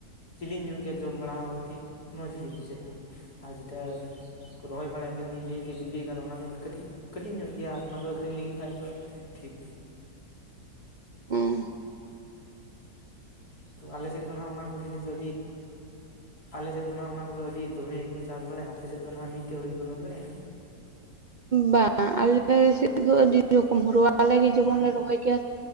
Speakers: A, on the left (about 65°); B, on the right (about 45°).
A: ᱡᱤᱞᱤᱧ ᱧᱚᱜ ᱜᱮᱭᱟ ᱡᱚᱢ ᱵᱟᱲᱟ ᱦᱚᱸ ᱠᱟᱹᱴᱤᱡ ᱢᱚᱡᱽ ᱜᱮ ᱵᱩᱡᱷᱟᱹᱜᱼᱟ ᱟᱨ ᱡᱮᱴᱟ ᱨᱚᱦᱚᱭ ᱵᱟᱲᱟᱭᱮᱫ <inaudible> ᱞᱟᱹᱭ <unintelligible> ᱟᱨ ᱚᱱᱟ ᱫᱚ ᱠᱟᱹᱴᱤᱡ ᱠᱟᱹᱴᱤᱡ ᱧᱚᱜ ᱜᱮᱭᱟ ᱟᱨ ᱚᱱᱟ ᱫᱚ ᱟᱠᱷᱨᱤᱧ ᱞᱟᱹᱜᱤᱫ ᱠᱷᱟᱡ ᱫᱚ ᱴᱷᱤᱠ᱾
B: ᱦᱮᱸ
A: ᱛᱚ ᱟᱞᱮ ᱥᱮᱫ ᱫᱚ ᱱᱟᱜᱷ ᱚᱱᱟ ᱠᱚ ᱡᱤᱱᱤᱥ ᱫᱚ ᱟᱞᱮ ᱥᱮᱫ ᱫᱚ ᱱᱟᱜᱷ ᱚᱱᱟ ᱠᱚᱫᱚ ᱟᱹᱰᱤ ᱫᱚᱢᱮ ᱜᱮᱠᱚ ᱪᱟᱥ ᱵᱟᱲᱟᱭᱟ ᱟᱯᱮ ᱥᱮᱫ ᱫᱚ ᱱᱟᱜᱷ ᱢᱤᱫᱴᱮᱡ ᱦᱩᱲᱩ ᱜᱮᱠᱚ ᱨᱚᱦᱚᱭ ᱵᱟᱲᱟᱭᱟ?
B: ᱵᱟᱝ ᱟᱞᱮ ᱥᱮᱫ ᱫᱚ ᱟᱹᱰᱤ ᱨᱚᱠᱚᱢ ᱦᱳᱲᱳ ᱟᱞᱮ ᱜᱮ ᱡᱮᱢᱚᱱ ᱞᱮ ᱨᱚᱦᱚᱭ ᱜᱮᱭᱟ